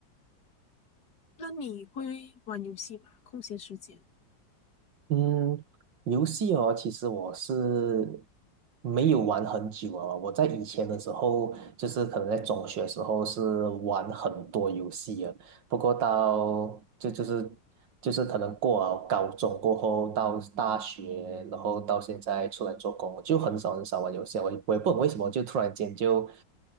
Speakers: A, on the left; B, on the right.
A: 那你会玩游戏吗？空闲时间，
B: 嗯，游戏哦，其实我是没有玩很久啊。我在以前的时候，就是可能在中学的时候是玩很多游戏啊。不过到就就是就是可能过了高中过后，到大学，然后到现在出来做工，就很少很少玩游戏啊我也我也不懂为什么，就突然间就